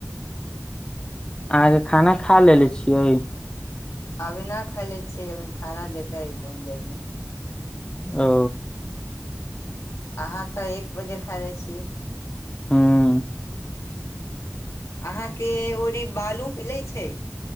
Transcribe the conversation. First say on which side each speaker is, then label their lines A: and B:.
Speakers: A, on the left (about 15°); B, on the left (about 65°).
A: अहाँकेँ खाना खा लेलेे छियै
B: अभी न खायले छियै अभी खाना देतै तनी देर मे
A: ओ
B: अहाँ तऽ एक बजे खा लै छिय
A: हुँ
B: अहाँकेँ ओरीे बालू मीलै छै